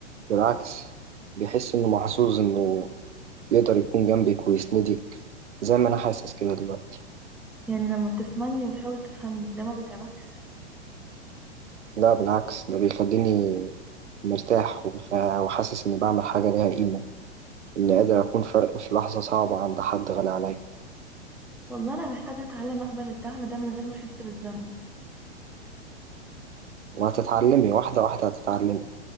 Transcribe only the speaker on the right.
بالعكس بيحس إنه محظوظ إنه يقدر يكون جنبك ويسندك زي ما أنا حاسس كده دلوقتي
لا بالعكس ده بيخليني مرتاح وبخ- وحاسس إني بعمل حاجة ليها قيمة إني قادر أكون فرق في لحظة صعبة عند حد غالي عليا
وهتتعلمي واحدة واحدة هتتعلمي